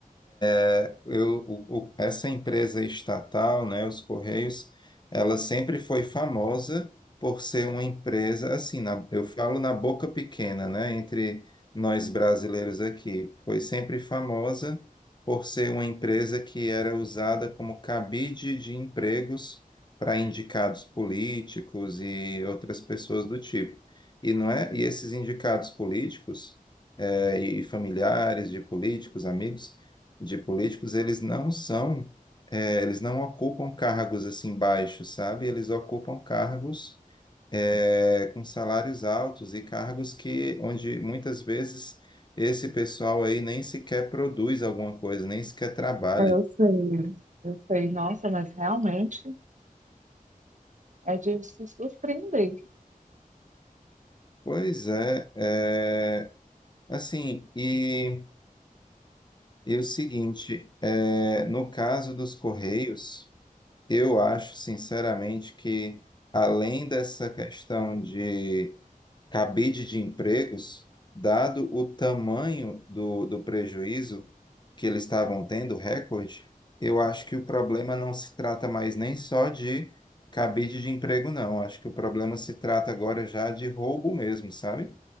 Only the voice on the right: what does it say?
Eu sei, eu sei. Nossa, mas realmente é de se surpreender.